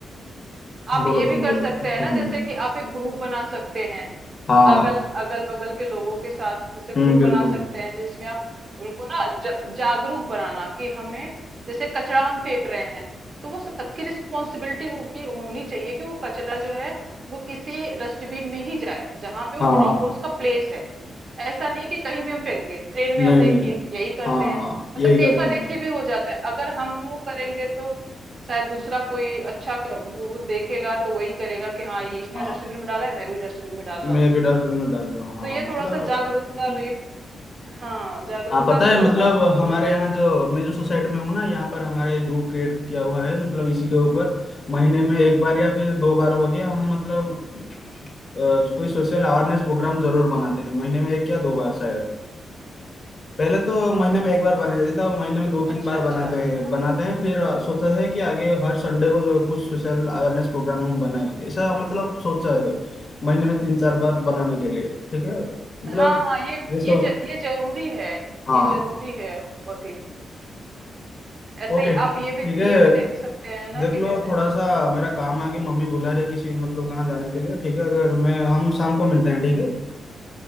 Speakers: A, on the right (about 50°); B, on the left (about 40°).
A: आप
B: हाँ बोलो
A: ये भी
B: तुम
A: कर
B: बोलो
A: सकते हैं
B: हम्म
A: ना जैसे कि आप एक ग्रुप बना सकते हैं
B: हाँ
A: अगल अगल बगल के लोगों के साथ जैसे
B: हम्म
A: ग्रुप
B: बिल्कुल
A: बना सकते हैं जिसमें आप उनको ना जा, जागरूक बनाना कि हमें जैसे कचरा हम फेंक रहे हैं तो वो सबकी रिस्पॉन्सिबिलिटी होगी होनी चाहिए कि वो कचरा जो है वो किसी डस्टबिन में ही जाए जहां पे वो
B: हाँ
A: प्रॉपर उसका प्लेस है ऐसा नहीं कि कहीं भी हम फेंक दिए ट्रेन में
B: नहीं
A: आप
B: नहीं
A: देखिए यही करते
B: हाँ
A: हैं
B: हाँ यही
A: मतलब
B: करते
A: देखा
B: हैं
A: देखी
B: मतलब
A: भी हो जाता है अगर हम वो करेंगे तो शायद दूसरा कोई अच्छा क- वो वो देखेगा तो वही करेगा कि हाँ ये इसने
B: हाँ
A: डस्टबिन में डाला है मैं भी डस्टबिन में डाल रहा
B: मैं
A: हूँ
B: भी डस्टबिन में डाल रहा हूँ हाँ
A: तो ये
B: मतलब
A: थोड़ा सा जागरूकता
B: हम्म,
A: भी हाँ जागरूकता
B: हाँ पता है
A: थोड़ा
B: मतलब
A: सा
B: हमारे
A: होना चाहिए
B: यहाँ जो मैं जो सोसाइटी में हूँ ना यहाँ पर हमारा एक ग्रुप क्रिएट किया हुआ है मतलब इसी के ऊपर महीने में एक बार या फिर दो बार हो गया हम मतलब अ, कोई सोशल अवेयरनेस प्रोग्राम जरूर बनाते हैं महीने में एक या दो बार शायद पहले तो महीने में एक बार बनाई जाती थी अब महीने में दो तीन
A: अच्छा
B: बार
A: अच्छा
B: बनाते हैं
A: हाँ
B: बनाते हैं फिर अ, सोचा है कि आगे हर संडे को जो कुछ सोशल अवेयरनेस प्रोग्राम हम बनाएं ऐसा मतलब सोचा है महीने में तीन चार बार बनाने के लिए ठीक है मतलब
A: हाँ हाँ ये
B: ये सब
A: ये ज, ये जरूरी है
B: हाँ
A: ये जरूरी है बहुत ही ऐसे
B: ओके
A: ही
B: ठीक
A: आप ये भी
B: है
A: ये भी देख सकते हैं ना
B: देख
A: कि
B: लो
A: जैसे
B: थोड़ा सा मेरा काम आगे मम्मी बुला रही है किसी मतलब कहाँ जाने के लिए ठीक है अगर मैं हम शाम को मिलते हैं ठीक है